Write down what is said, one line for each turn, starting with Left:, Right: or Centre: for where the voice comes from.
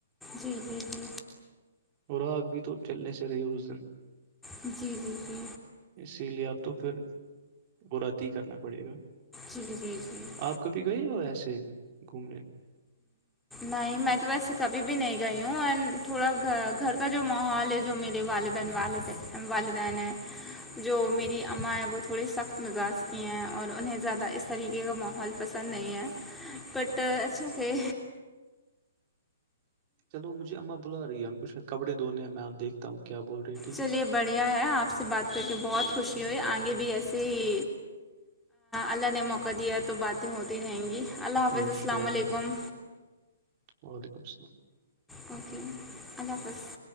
Centre: جی جی جی
Right: اور آگ بھی تو چلنے سے رہی اس دن
Centre: جی جی جی
Right: اسی لیے آپ تو پھر براد ہی کرنا پڑے گا
Centre: جی جی جی <unintelligible>
Right: آپ کبھی گئے ہو ایسے گھومنے <inaudible>
Centre: نہیں میں تو ویسے کبھی بھی نہیں گئی ہوں اینڈ تھوڑا گ گھر کا جو ماحول ہے جو میرے والد دن والدین والدین جو میری اماں ہیں وہ تھوڑے سخت مزاج کی ہیں اور انہیں زیادہ اس طریقے کا ماحول پسند نہیں ہے بٹ ایس کہ
Right: چلو مجھے اما بلا رہی ہے ان کو شاید کپڑے دونے ہیں میں دیکھتا ہوں کیا بول رہے
Centre: چلیے بڑھیا ہے آپ سے بات کر کے بہت خوشی ہوئی آگے بھی ایسے ہی اللہ نے موقع دیا تو باتیں ہوتی رہیں گی اللہ
Right: ہے
Centre: حافظ
Right: انشاءاللہ
Centre: السلام علیکم
Right: وعلیکم السلام
Centre: اوکے اللہ حافظ <unintelligible>